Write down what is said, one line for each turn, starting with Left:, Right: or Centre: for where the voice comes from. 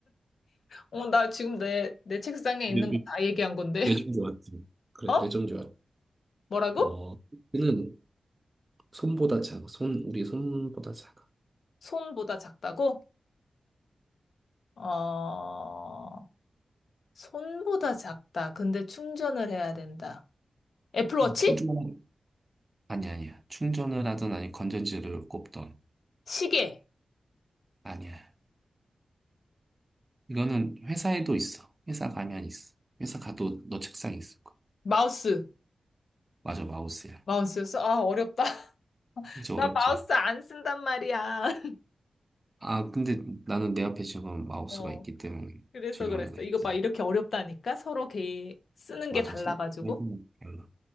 Left: 어, 나 지금 내, 내 책상에 있는
Right: 뇌, 뇌-
Left: 거 다 얘기한 건데. <laughs>
Right: 뇌정지 왔지. 그래,
Left: 어?
Right: 뇌정지 왔.
Left: 뭐라고?
Right: 어, 이는 손보다 작아. 손, 우리 손보다 작아.
Left: 손보다 작다고? 어, 손보다 작다. 근데 충전을 해야 된다. 애플워치?
Right: 음, 충전 아니 아니야. 충전을 하든 아니 건전지를 꼽던
Left: 시계.
Right: 아니야. 이거는 회사에도 있어. 회사 가면 있어. 회사 가도 너 책상에 있을 거야.
Left: 마우스.
Right: 맞아, 마우스야.
Left: 마우스였어? 아, 어렵다. <laughs>
Right: 이제 어렵지.
Left: 나 마우스 안 쓴단 말이야. <laughs>
Right: 아, 근데 나는 내 앞에 지금 마우스가
Left: 어,
Right: 있기 때문에
Left: 그래서
Right: 질문을
Left: 그랬어.
Right: 했지.
Left: 이거 봐, 이렇게 어렵다니까? 서로 개 쓰는
Right: 맞아,
Left: 게 달라가지고.
Right: 생각해보면 달라.